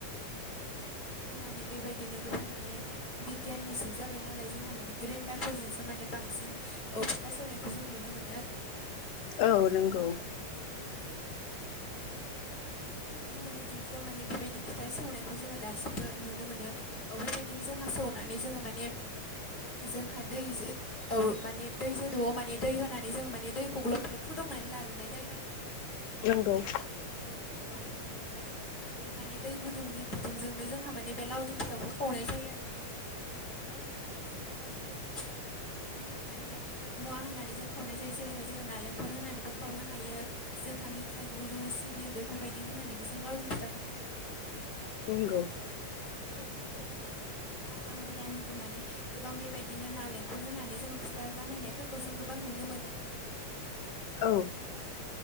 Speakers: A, on the left; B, on the left.
A: औ दानियाथ' माने बेबायदिनो गोबां माने बिगियाननि जुग जाबाय नालाय जोंहा माने ग्रेन्डारफोरजोंसो माने बांसिन फिथा सौनायखौ जों नुनो मोनो आरो नोंथां।
B: औ नंगौ।
A: औ औ बेबायदिनो माने जोंहा माने जोङो दा दासिमबो नुनो मोनो दिंखियाव माने बेबायदि फिथा सौनायखौ जोङो दासिमबो नुनो मोनो। औ बेबायदिनो जोंहा सौनानै जोङो माने जोंहा दैजो औ माने दै जोदौआव माने दै होनानै जोङो माने दैखौ ग्लब ग्लब फुदुंनानै लाग्रोनाय जायो आरो। नोंथां
B: नंगौ
A: औ औ फुदुंनानै माने बे बे माने दै गुदुंनि बि गुदुंजोंनो जोंहा माने बे लावदुम फिथाखौ खावनाय जायो आरो नोंथां औ लावउदुम फिथाखौ खौ जोङो बायदि बायदि माने मुवा होनानै जों खावनाय जायो जेरैहाय जोङो नालेंखर होनानैबो खावनो हायो जोंहा मिथाइ गुरु सिबिं बेफोरबायदि होनानैबो जों लावरुम फिथाखौ खावनो हायो आरो नोंथां
B: नोंंगौ
A: औ औ बेबायदिनो जों माने बेबायदिनो आथा मैदानिबो माने गोबां बेबायदिनो नालेंखर होनानै जोङो फिथा बानायनायफोरखौ खौ जों गोबां नुनो मोनो आरो नोंथां बेबायदियैनो
B: औ